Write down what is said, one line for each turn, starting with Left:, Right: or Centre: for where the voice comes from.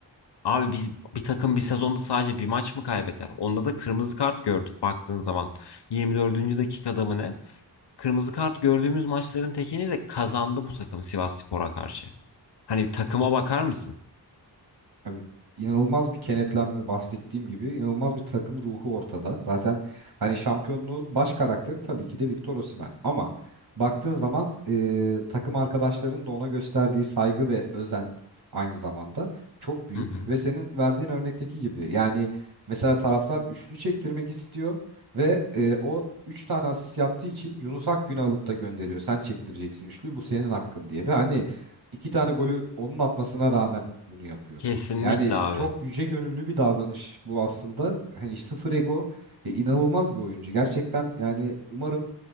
Left: Abi biz bir takım bir sezonda sadece bir maç mı kaybeder? Onda da kırmızı kart gördük baktığın zaman. 24. dakikada mı ne? kırmızı kart gördüğümüz maçların tekini de kazandı bu takım Sivasspor'a karşı. Hani bir takıma bakar mısın?
Right: Abi inanılmaz bir kenetlenme bahsettiğim gibi inanılmaz bir takım ruhu ortada. Zaten hani şampiyonluğun baş karakteri tabii ki de Victor Osimhen. Ama baktığın zaman e, takım arkadaşlarının da ona gösterdiği saygı ve özen aynı zamanda çok büyük.
Left: Hı hı.
Right: Ve senin verdiğin örnekteki gibi yani mesela taraftar üçlü çektirmek istiyor ve e, o üç tane asist yaptığı için Yunus Akgün'ü alıp da gönderiyor. Sen çektireceksin üçlüyü bu senin hakkın diye. Ve hani iki tane golü onun atmasına rağmen bunu yapıyor.
Left: Kesinlikle
Right: Yani
Left: abi.
Right: çok yüce gönüllü bir davranış bu aslında. Hani sıfır ego e, inanılmaz bir oyuncu. Gerçekten yani umarım